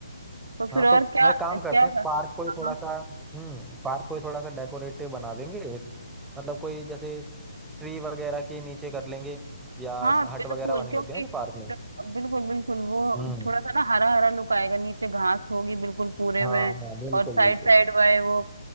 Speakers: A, on the right (about 70°); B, in the centre.
A: तो फिर
B: हाँ
A: और
B: तो
A: क्या
B: मैं काम
A: क्या
B: करते हैं पार्क को ही
A: हाँ
B: थोड़ा सा हम्म पार्क को ही थोड़ा सा डेकोरेटिव बना देंगे एक मतलब कोई जैसे ट्री वगैरह के नीचे कर लेंगे या
A: हाँ
B: हट
A: बिल्कुल
B: वगैरह बनी
A: क्योंकि
B: होती है ना जो पार्क में
A: बिल्कुल बिल्कुल वो
B: हम्म
A: थोड़ा सा ना हरा हरा लुक आएगा नीचे घास होगी बिल्कुल पूरे
B: हाँ
A: में
B: हाँ बिल्कुल
A: और साइड
B: बिल्कुल
A: साइड वाले वो